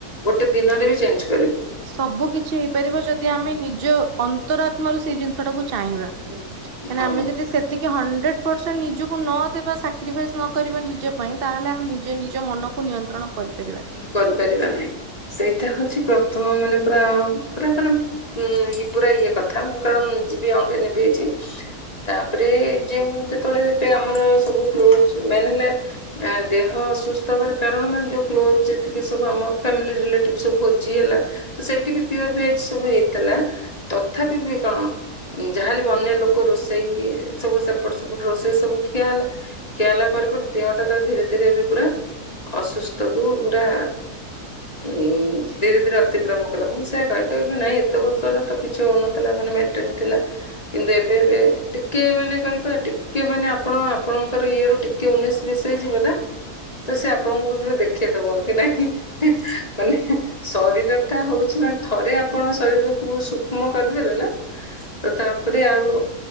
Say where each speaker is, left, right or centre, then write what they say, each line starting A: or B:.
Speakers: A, on the left; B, on the right.
A: ଗୋଟେ ଦିନରେ ବି ଚେଞ୍ଜ କର
B: ସବୁ କିଛି ହେଇପାରିବ, ଯଦି ଯଦି ଆମେ ନିଜ ଅନ୍ତରାତ୍ମା ରୁ ସେଇ ଜିନିଷ ଟାକୁ ଚାହିଁବା,
A: ଉଁ,
B: କାହିଁ
A: ହଁ
B: ନା ଆମେ ଯଦି କି ହଣ୍ଡ୍ରେଡ ପରସେଣ୍ଟ ନିଜକୁ ନ ଦେବା ସାକ୍ରିଫାଇସ୍ ନ କରିବା ନିଜ ପାଇଁ, ତାହେଲେ ଆମେ ନିଜେ ନିଜ ମନ କୁ ନିୟନ୍ତ୍ରଣ କରିପାରିବାନି।
A: କରିପାରିବା ନାହିଁ, ସେଇଟା ହଉଛି ପ୍ରଥମ ମାନେ ପୁରା, ପୁରା ମାନେ ହଁ, ଇ ପୁରା ଇଏ କଥା, ମୁଁ କାରଣ ଯିବି ଅଙ୍ଗେ ନିଭେଇଛି। ତାପରେ, ଯଉ ଯେତେବେଳେ ଏବେ ଆମର ସବୁ କ୍ଲୋଜ, ମେନ୍ ହେଲା ଏ, ଦେହ ଅସୁସ୍ଥ ହବାର କାରଣ -ମାନେ ଯୋଉ କ୍ଲୋଜ୍ ଯେତିକି ସବୁ, ଆମ ଫ୍ୟାମିଲି ରିଲେଟିଭ୍ ସବୁ ଭୋଜି ହେଲା ତ ସେଇଠି ବି ପିଓର ଭେଜ ସବୁ ହେଇଥିଲା, ତଥାପି ବି କଣ ଯାହାହେଲେ ବି ଅନ୍ୟ ଲୋକ ରୋଷେଇ, ସବୁ ସେପଟ ସେପଟ ରୋଷେଇ ସବୁ ଖିଆ ହେଲା। ଖିଆ ହେଲା ପରେ ପରେ, ଦେହଟା ତା ଧୀରେ ଧୀରେ ଏବେ ପୁରା ଅସୁସ୍ଥକୁ ପୁରା ଉଁ ଧୀରେ ଧୀରେ ଅତିକ୍ରମ କଲା, ମୁଁ ସେୟଆ କହେ, କହେ ନାଇଁ ଏତେ ବର୍ଷ ହେଲା ତ କିଛି ହଉନଥିଲା, ମାନେ ମେନ ଟେନ ଥିଲା। କିନ୍ତୁ ଏବେ ଏବେ, ଟିକେ ମାନେ କହିଲିପା ଟିକେ ମାନେ ଆପଣ ଆପଣଙ୍କର ଇଏ ରୁ ଟି କି ଉନେଇଶି ବିଶଇ ଯିବେ ନା, ତ ସେ ଆପଣଙ୍କୁ ବି ପ ଦେଖେଇଦବ କି ନାଇଁ ମାନେ ଶରୀର ଟା ହଉଛି ମାନେ ଥରେ ଆପଣ ଶରୀରକୁ ସୂକ୍ଷ୍ମ କରିଦେବେ ନା ତ ତାପରେ ଆଉ